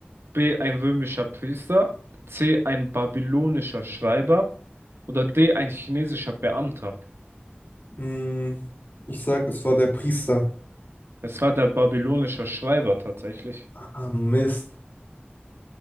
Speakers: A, on the right; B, on the left.
A: B. Ein römischer Priester. C. Ein babylonischer Schreiber. Oder D. Ein chinesischer Beamter.
B: Hm, ich sag, es war der Priester.
A: Es war der babylonischer Schreiber tatsächlich.
B: Ah, Mist.